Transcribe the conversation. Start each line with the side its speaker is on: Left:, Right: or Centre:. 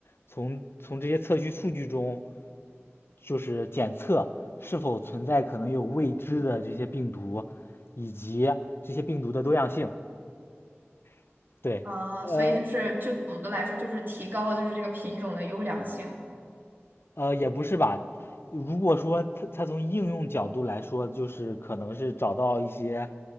Left: 从从这些测序数据中就是检测是否存在可能有未知的这些病毒，以及这些病毒的多样性。<laughs> 对，
Right: 啊，
Left: 呃。
Right: 所以就是就总的来说，就是提高了就是这个品种的优良性。
Left: 呃，也不是吧。如果说它它从应用角度来说，就是可能是找到一些，